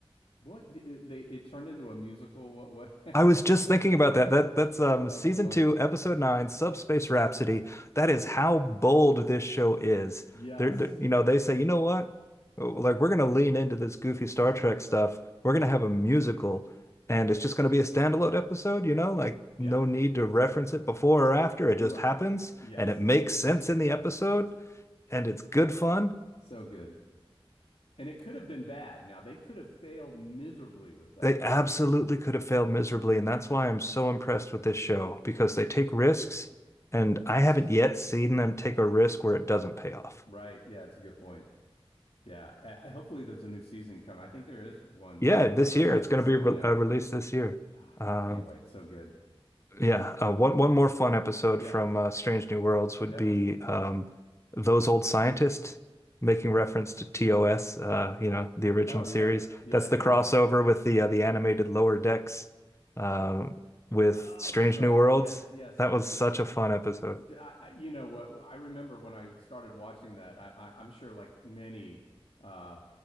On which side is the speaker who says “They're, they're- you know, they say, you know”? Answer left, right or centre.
Left